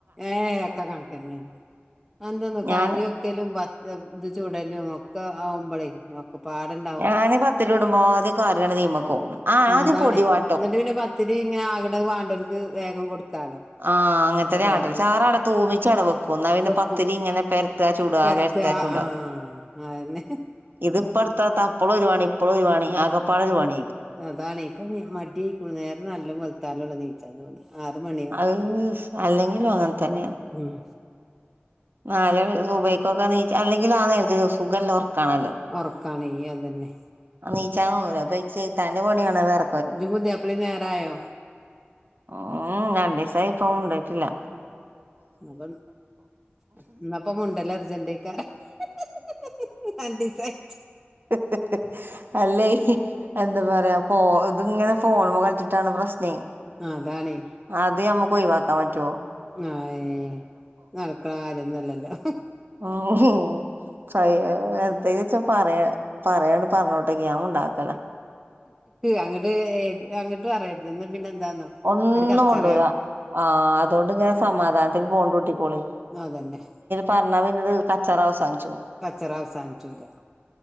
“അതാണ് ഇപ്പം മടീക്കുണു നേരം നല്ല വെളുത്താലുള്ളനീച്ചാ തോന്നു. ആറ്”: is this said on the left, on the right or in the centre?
Centre